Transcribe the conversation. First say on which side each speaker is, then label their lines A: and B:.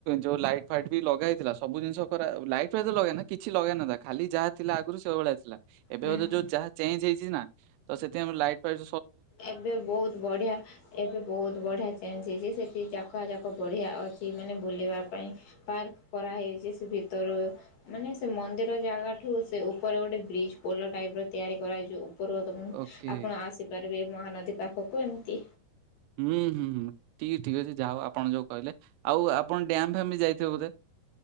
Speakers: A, on the right (about 85°); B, on the left (about 55°).
A: ଯୋଉ ଲାଇଟ୍ ଫାଇଟ ବି ଲଗା ହେଇଥିଲା ସବୁ ଜିନିଷ କରା ଲାଇଟ୍ ଫାଇଟ ଲଗା ନା କିଛି ଲଗାହେଇ ନଥିଲା ଖାଲି ଯାହା ଥିଲା ଆଗରୁ ସେ ଭଳିଆ ଥିଲା। ଏବେ
B: ହୁଁ
A: ବୋଧେ
B: ହୁଁ
A: ଯୋଉ ଯାହା ଚେଞ୍ଜ ହେଇଛି ନା ତ ସେଥି ପାଇଁ ଆମେ ଲାଇଟ୍ ପାଇଟ୍
B: ଏବେ ବହୁତ ବଢିଆ ଏବେ ବହୁତ ବଢିଆ ଚେଞ୍ଜ ହେଇଛି ସେଠି ଯାକ ଯା ବଢ଼ିଆ ଅଛି ମାନେ ବୁଲିବା ପାଇଁ ପାର୍କ କରାହେଇଛି ସେ ଭିତରୁ ମାନେ ସେ ମନ୍ଦିର ଜାଗାଠୁ ସେ ଉପରେ ଗୋଟେ ବ୍ରିଜ୍ ପୋଲ ଟାଇପ ତିଆରି କରାଯାାଇଛି ପୂର୍ବତମ
A: ଓକେ
B: ଆପଣ ଆସିବ ଏବେ ମହାନଦୀ ପାଖକୁ ଏମିତି
A: ହୁଁ ହୁଁ ହୁଁ ଟିକେ ଠିକ ଅଛି ଯାହା ହଉ ଆପଣ ଯୋଉ କହିଲେ ଆଉ ଆପଣ ଡ୍ୟାମ୍ ଫାମ ବି ଯାଇଥିବେ ବୋଧେ